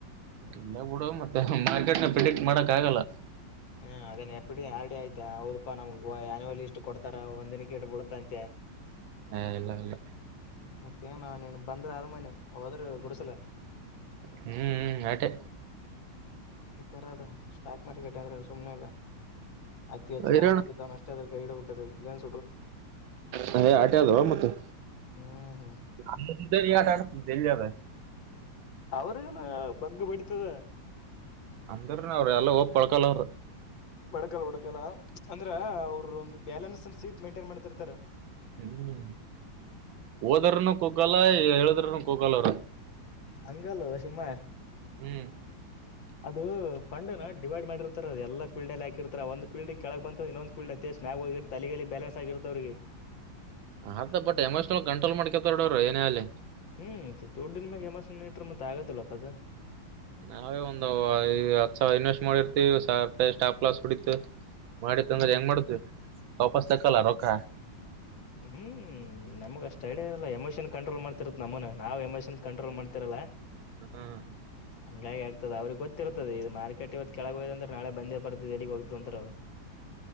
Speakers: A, on the right (about 80°); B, on the left (about 70°).
A: ಇಲ್ಲ ಬಿುಡು ಮತ್ತೆ ಮಾರ್ಕೆಟ್ ನ ಪ್ರೆಡಿಕ್ಟ್ ಮಾಡಕ್ ಆಗಲ್ಲ
B: ಹ ಅದೇನ್ ಎಫ್ ಡಿ ಆರ್ ಆಯ್ತಾ ಹೌದಾ ನಮ ಅನಲಿ ಇಷ್ಟಟ್ ಕೊಡ್ತಾರ ಒಂದ ದಿನಕ್ಕೆ ಇು ಬಳ್ದ ಅಂತೆ
A: ಹಾ ಇಲ್ಲ ಇಲ್ಲ
B: ಮತ್ತೇಏನ ನೀನ್ ಬಂದ್ರೆ ಅರಮನೆ ಹೋದ್ರೆ ಗುಡಸಲ
A: ಹ್ಮ್್ಮ್ ಆಟೆ
B: ಈ ತರ ಅದ ಸ್ಟಾಕ್ ಮಾರ್ಕೆಟ್ ಅಂದ್ರೆ ಸುಮ್ನೆ ಇಲ್ಲ ಅತಿ ಹೆಚ್ಚು
A: ಹೈರಾಣ
B: ನಾಲೆಜ್ ಇದ್ದವ್ ಅಷ್ಟೇ ಅದ್ರ ಗೈಡ ಹುನ್
A: ಹ ಆಟೆದವಾ ಮತ್ತ
B: ಹ್ಮ್ ಹ್ಮ್
A: <unintelligible>
B: ಅವ್ರಗನು ಬಗ್ಗ ಬಿಡತದ
A: ಅಂದ್ರ ಅವ್ರ ಎಲ್ಲ ಹೋಗಪೊಳ್ಕಲ್ ಅವ್ರ
B: ಬಡಕಲ್ ಬಡಕಲ್ಲ ಅಂದ್ರ ಅವ್ರ ಒಂದು ಬ್ಯಾಲೆನ್ಸ್ ಅಂಡ್ ಸೀಟ್ ಮೇಂಟೈನ್ ಮಾಡ್ತಿರ್ತಾರೆ
A: ಹ್ಮ ಓದರನು ಕುಗಲ್ ಎಳದರ ಕೂಗಾಲರ
B: ಹಂಗಲ್ ಸುಮ್ಮ
A: ಹ್ಮ್
B: ಅದು ಫಂಡಿನ ಡಿಮ್ಯಾಂಡ್ ಮಾಡಿರ್ತಾರೆ ಅ ಎಲ್ಲ ಫಲ್ಡ್ ಎ ಹಾಕಿರ್ತ ಒಂದ ಫಲ್ಡ್ ಕೆಳಕ್ ಬಂತಂದ ಇನ್ನೊಂದ ಫಲ್ಡ್ ಸ್ಮ್ಯಾಗ ಹೋಗಿರುತ್ತೆ ತಲೆಲ್ಲಿ ಬ್ಯಾಲೆನ್ಸ್ ಆಗಿರುತ್ತ ಅವ್ರರಿಗೆ
A: ಆ ಬಟ್ ಎಮೋಷನಲ್ ಕಂಟ್ರೋಲ್ ಮಾಡ್ಕತಾರಡ ಅವ ಏನ ಅಲ್ಲಿ
B: ಹ್ಮ್ ಚ ದುಡ್ಡಿನ ಮ್ಯಾಗ ಯಮ್ಮಸ್ ನೀಟ್ರ ಮತ್ತೆ ಆಗತ್ತಲ್ಲಪ್ಪದ
A: ನಾವೇ ಒಂದು ಹತ್ತು ಸಾವಿರ ಇನ್ವೆಸ್ಟ್ ಮಾಡಿರ್ತಿೀವಿ ಸಾವ ರಪಾಯಿ ಸ್ಟಾಪ್ ಕ್ಲಾಸ್ ಕುಡತು ಮಾಡಿತ್ತ
B: ಹ್ಮ್
A: ಅಂದ್ರೆ ಹೆಂಗ ಮಾಡತು ವಾಪಸ್ ತಕಲ್ಲ ರೊಕ್ಕ
B: ಹ್ಮ ನಮ್ಗ ಅಷ್ಟ ಅಡ ಇಲ್ಲ ಎಮೋಷನ್ ಕಂಟ್ರೋಲ್ ಮಾಡ್ತಿರದ್ ನಮ್ಮನ ನಾವವು ಎಮೋಷನ್ ಕಂಟ್ರೋಲ್ ಮಾಡ್ತಿರಲ್ಲ
A: ಹ್ಮ
B: ಹಂಗಾಗಿ ಆಗ್ತದೆ ಅವ್ರಿಗೆ ಗೊತ್ತಿರ್ತದೆದು ಮಾರ್ಕೆಟ್ ಇವತ್ತು ಕೆಳಗೆ ಹೋ ಅ್ರ ನಳೆ ಬಂದೇ ಬತದೆಲ್ಲಿಗ್ ಹ ಅವ